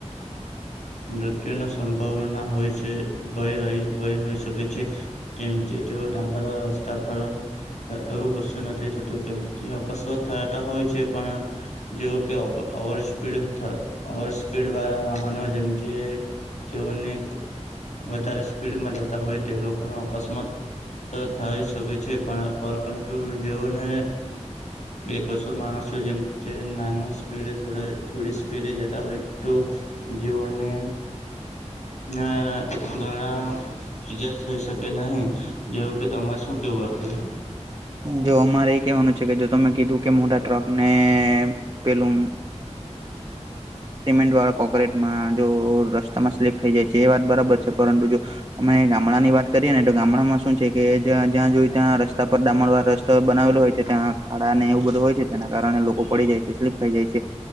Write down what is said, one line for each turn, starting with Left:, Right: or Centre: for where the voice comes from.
Left: મૃત્યુની સંભાવના હોય છે ભય રહી ભય હોઈ શકે છે. જેમ કે તે ઓ ડામ્બરવાળા રસ્તા પર એવું કશું નથી થતું કેમ કે અકસ્માત થતા હોય છે પણ જે કે ઓવર સ્પીડ ઓવર સ્પીડ વાળા વાહ હનો જેમ કે તેઓને વધારે સ્પીડમાં જતા હોય તે લોકોને અકસ્માત થઈ શકે છે પણ પરંતુ જેઓને બે કસૂર માણસો જેમ કે નાની સ્પીડ થોડી સ્પીડ જતા હોય તો જેઓને ના ઘણાવ ઇજા થઈ શકે નહી જેવ કે તમારે શું કેવું હતું
Right: જો અમારે એ કેહેવાનું છે કે જો તમે કીધું કે મોટા ટ્રક ને પેલુ સિમેન્ટ વાળા કોકરેટમાં જો રસ્તામાં સ્લીપ થઈ જાય છે એ વાત બરાબર છે પરંતુ જો અમે ગામડા ની વાત કરીએ ને તો ગામડામાં શું છે કે જ જ્યાં જોય ત્યાં રસ્તા પર ડામણ વાળા રસ્તા બનાવેલો હોય છે ત્યાં ખાડા ને એવું બધું હોય છે તેના કારણે લોકો પડી જાય છે સ્લીપ ખાઈ જાય છે.